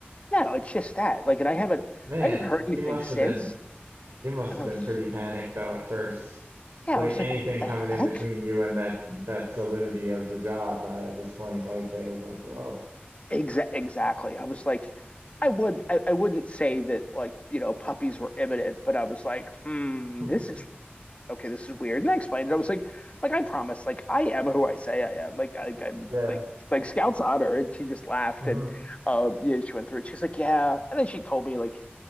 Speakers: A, on the left; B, on the right.
A: no, it's just that. Like, and I haven't,
B: Man,
A: I haven't heard anything
B: you must
A: since.
B: have been you must
A: And
B: have
A: I
B: been
A: was
B: pretty
A: just like,
B: panicked though at first.
A: yeah,
B: Like
A: I was
B: anything
A: like, what the
B: coming
A: heck?
B: in between you and that that solidity of the job uh, at this point, I would say was like, whoa.
A: Exa- exactly. I was like, I would, I, I wouldn't say that like you know puppies were imminent, but I was like, hmm,
B: <laughs>
A: this is okay, this is weird. And I explained it. I was like, like I promise, like I am who I say I am. Like I, I'm
B: Yeah.
A: like like Scout's honor. And she just laughed
B: hmm
A: and um yeah, she went through it. She's like, yeah. And then she told me like